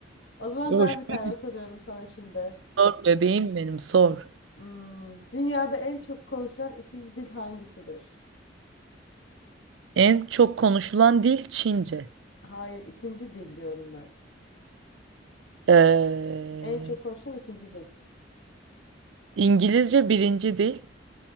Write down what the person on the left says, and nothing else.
O zaman
ben bir tane soruyorum sana şimdi.
Hmm, dünyada en çok konuşulan ikinci dil hangisidir?
Hayır, ikinci dil diyorum ben.
En çok konuşulan ikinci dil.